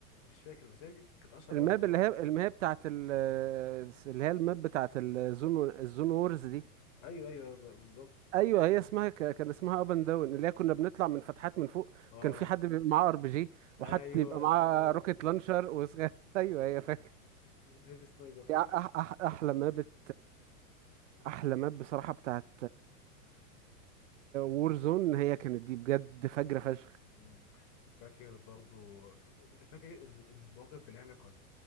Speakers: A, on the left (about 40°); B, on the right (about 55°).
A: مش فاكر بس هي كانت اشهر
B: الماب
A: واحده
B: اللي
A: عم.
B: هي اللي هي بتاعت ال... اللي هي الماب بتاعت الزون الزون وورز دي
A: ايوه ايوه ب- بالظبط
B: ايوه هي اسمها ك... كان اسمها اب اند داون اللي هي كنا بنطلع من فتحات من فوق
A: اه
B: كان في حد بيبقى معاه ار بي جي وحد
A: ايوه
B: يبقى معاه
A: سكار
B: روكيت لانشر و... <laughs> ايوه هي فاكر
A: هيفي سنايبر فاكر
B: دي أح... أح... احلى ماب بت... احلى ماب بصراحة بتاعت وور زون هي كانت دي بجد فجرة فشخ
A: مم. فاكر برضو ف- فاكر الموقف اللي احنا كنا